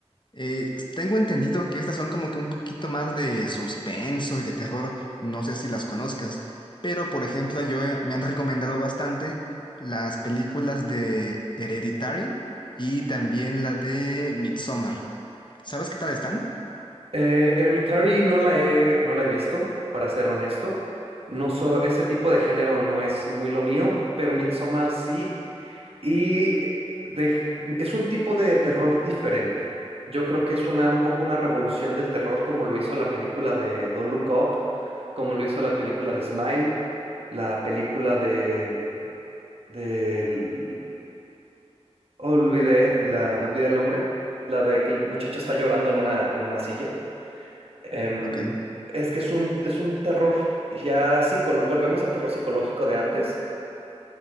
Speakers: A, on the left; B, on the right.
A: Eh, tengo entendido que estas son como que un poquito más de suspenso y de terror, no sé si las conozcas, pero por ejemplo yo he- me han recomendado bastante las películas de Hereditary y también la de Midsommar. ¿Sabes qué tal están?
B: Eh, Hereditary no la he, no la he visto, para ser honesto. No so, ese tipo de género no es muy lo mío, pero Midsommar sí. Y de- es un tipo de terror diferente. Yo creo que es una, un poco una revolución del terror, como lo hizo la película de Don't Look Up, como lo hizo la película de Smile, la película de, del- olvidé, la, olvidé el nombre, la de que el muchacho está llorando en una, en una silla. Em,
A: Mm, Ok.
B: es que es un, es un terror ya psicológico, volvemos al terror psicológico de antes,